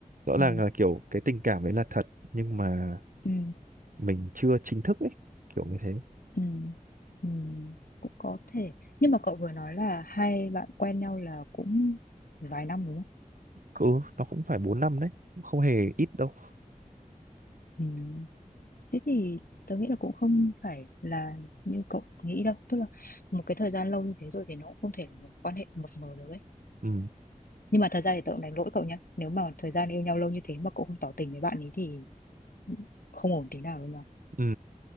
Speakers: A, on the right; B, on the left.
A: rõ
B: ừ
A: ràng là kiểu cái tình cảm đấy là thật nhưng mà
B: ừ
A: mình chưa chính thức ấy kiểu như thế
B: ừ ừ cũng có thể nhưng mà cậu vừa nói là hai bạn quen nhau là cũng vài năm đúng không
A: ừ nó cũng phải bốn năm đấy cũng không hề ít đâu
B: ừ Thế thì tớ nghĩ là cũng không phải là như cậu nghĩ đâu Tức là một cái thời gian lâu như thế rồi thì nó cũng không thể là một quan hệ mập mờ được ấy
A: ừ
B: Nhưng mà thật ra thì tớ cũng đánh lỗi cậu nhá Nếu mà thời gian yêu nhau lâu như thế mà cậu không tỏ tình với bạn ấy thì không ổn tí nào với nhau
A: ừ